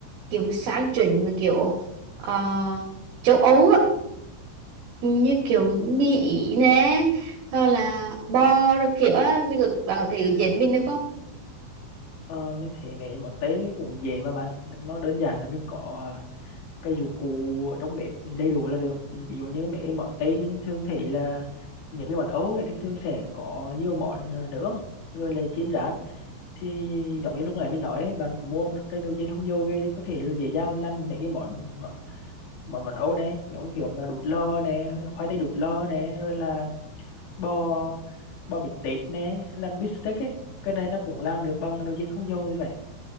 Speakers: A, on the right (about 65°); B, on the left (about 70°).
A: kiểu sáng chuẩn mà kiểu ờ, châu Âu á như kiểu mì Ý nè hoặc là bò rồi kiểu á mình có, bạn có thể dẫn mình được không
B: ờ, mình thấy mấy món Tây thì cũng dễ mà bạn nó đơn giản là mình có cái dụng cụ trong bếp đầy đủ là được ví dụ như mấy cái món Tây mình thường thấy là những cái món Âu ấy, thường thường sẽ có nhiều món à, nướng rồi là chiên rán thì giống như lúc nãy mình nói ấy, bạn có mua một cái nồi chiên không dầu về thì có thể là dễ dàng làm mấy cái món món món món Âu này giống kiểu mà đút lò nè khoai tây đút lò nè rồi là bò bò bít tết nè làm bít tết ấy cái này nó cũng làm được bằng nồi chiên không dầu như vậy